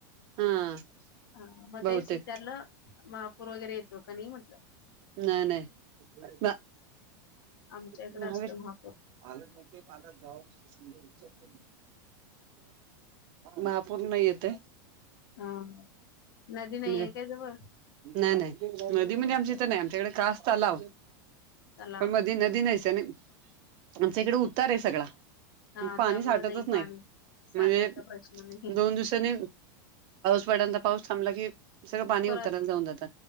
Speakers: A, on the right; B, on the left.
A: हा
B: हा मग
A: बहुतेक
B: तेच विचारलं महापूर वगैरे येतो का नाही म्हण
A: नाही नाही
B: आमच्या इकडे
A: नाही
B: असतो महापूर
A: आले म्हणे मला जाव <unintelligible> महापूर नाही येत ये.
B: हा नदी नाही
A: म्हणजे
B: आहे काय जवळ
A: नाही नाही नदी म्हणजे आमच्या इथं नाही आमच्याकडे कास, तलाव
B: तलाव
A: पण मधी नदी नाहीच आणि आमच्या इकडे उतार आहे सगळा
B: हा
A: पाणी
B: त्यामुळं
A: साठतच नाही
B: पाणी साठायचा
A: म्हणजे
B: प्रश्न नाही
A: दोन दिवसाांनी वड पाऊस थांबला की सगळं पाणी
B: परत
A: उतरत वाहून जात